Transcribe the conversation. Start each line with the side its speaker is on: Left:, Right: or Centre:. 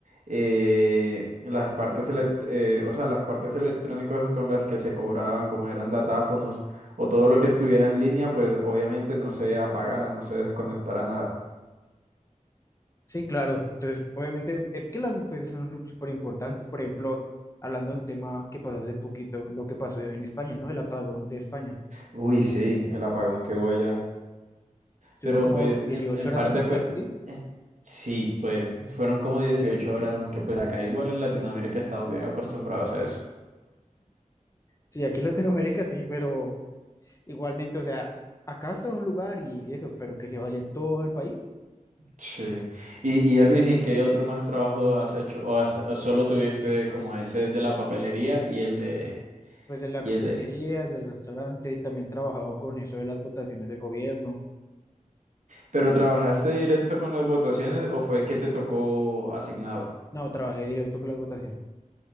Right: eh, las partes elec- eh, o sea, las partes electrónicas con las que se cobraban, como eran datáfonos o todo lo que estuviera en línea, pues obviamente no se apagara, no se desconectara nada.
Left: Sí, claro. Entonces, obviamente, es que las UPCs son súper importantes. Por ejemplo, hablando de un tema que pasó hace poquito, lo que pasó en España, ¿no? El apagón de España.
Right: Uy, sí, el apagón que hubo allá.
Left: Estuvieron
Right: Pero
Left: como
Right: pues
Left: 18
Right: en, en
Left: horas
Right: parte
Left: sin luz,
Right: fue,
Left: algo así.
Right: eh, sí, pues fueron como 18 horas, aunque pues acá igual en Latinoamérica estamos bien acostumbrados a eso.
Left: Sí, aquí en Latinoamérica sí, pero igualmente, o sea, acá se va a un lugar y eso, pero que se vaya en todo el país.
Right: Sí. Y, y Elvis, ¿en qué otro más trabajo has hecho? ¿O hasta o solo tuviste como ese de la papelería y el de
Left: Pues de la
Right: y
Left: cafetería,
Right: el de
Left: del restaurante, también trabajaba con eso de las votaciones del gobierno.
Right: ¿Pero trabajaste directo con las votaciones o fue que te tocó asignado?
Left: No, trabajé directo con las votaciones.